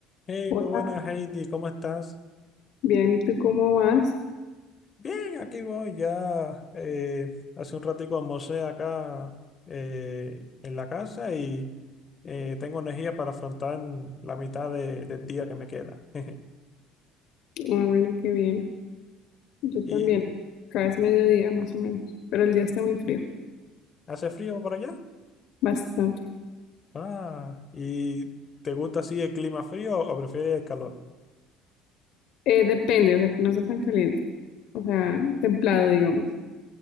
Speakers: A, on the left; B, on the left.
A: Hey,
B: Hola,
A: muy buenas, Heidi, ¿cómo estás?
B: bien, ¿y tú cómo vas?
A: Bien, aquí voy ya. eh, hace un ratico almorcé acá eh, en la casa y eh, tengo energía para afrontar la mitad de- del día que me queda. <laughs>
B: Ah, bueno, qué bien. Yo
A: ¿Y
B: también. Acá es mediodía más o menos, pero el día está muy frío,
A: hace frío por allá?
B: bastante.
A: Ah, ¿y te gusta así el clima frío o prefieres el calor?
B: Eh, depende, o sea, que no sea tan caliente, o sea, templado, digamos.